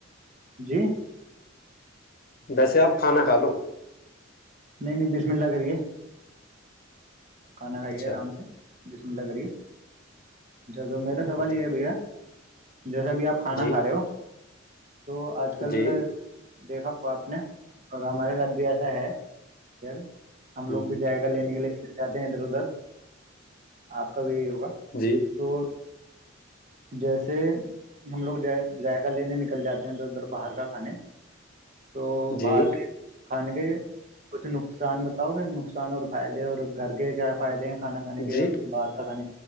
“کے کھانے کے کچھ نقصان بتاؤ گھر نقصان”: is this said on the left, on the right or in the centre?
Right